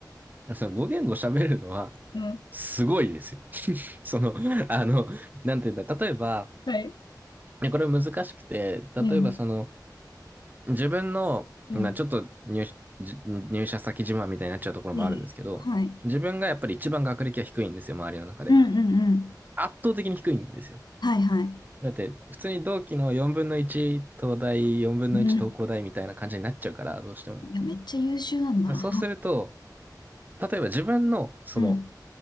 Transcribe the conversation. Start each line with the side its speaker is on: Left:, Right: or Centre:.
Right: ん。そのご言語喋るのは
Left: うん。
Right: すごいですよ。<laughs> その、あの、なんていうんだ、例えば、
Left: はい。
Right: ねこれ難しくて、例えばその、
Left: うん。
Right: 自分の、
Left: うん。
Right: まあちょっと入入社先自慢みたいになっちゃうところもあるんですけど、
Left: いやいやいやはい。
Right: 自分がやっぱり一番学歴は低いんですよ、周りの中で。
Left: うんうんうん。
Right: 圧倒的に低いんですよ。
Left: はいはい。
Right: だって、普通に同期の4分の1東大、4分の1東工大みたいな感じになっちゃうから、
Left: うん。
Right: どうしても。
Left: いや、めっちゃ優秀なんだな。
Right: そうすると、例えば自分の、その、
Left: うん。